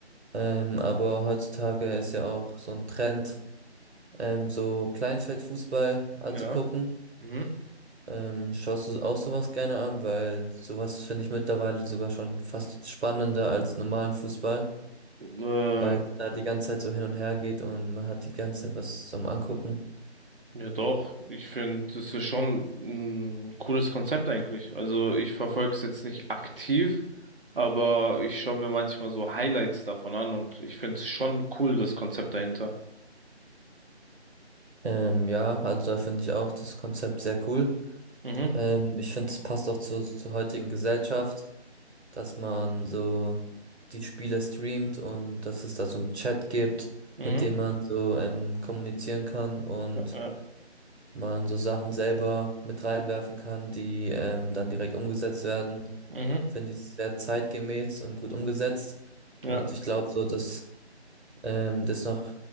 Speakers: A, on the right (about 70°); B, on the right (about 55°).
A: Ähm, aber heutzutage ist ja auch so ein Trend, ähm, so Kleinfeldfußball anzugucken.
B: ja, mhm.
A: Ähm, schaust du auch sowas gerne an? Weil sowas finde ich mittlerweile sogar schon fast spannender als normalen Fußball.
B: Ähm,
A: weil es da Ja. die ganze Zeit so hin und her geht und man hat die ganze Zeit was zum Angucken.
B: ja, doch, ich finde, das ist schon ein cooles Konzept eigentlich. Also, ich verfolge es jetzt nicht aktiv, aber ich schaue mir manchmal so Highlights davon an und ich finde es schon cool, das Konzept dahinter.
A: Ähm, ja, also da finde ich auch das Konzept sehr cool.
B: Mhm,
A: Ähm, ich finde, es passt auch zur, zur heutigen Gesellschaft, dass man so die Spiele streamt und dass es da so einen Chat gibt,
B: mhm,
A: mit dem man so ähm, kommunizieren kann und
B: ja, ja,
A: man so Sachen selber mit reinwerfen kann, die ähm, dann direkt umgesetzt werden.
B: mhm,
A: Finde ich sehr zeitgemäß und gut umgesetzt.
B: ja,
A: Und ich glaube so, dass ähm, das noch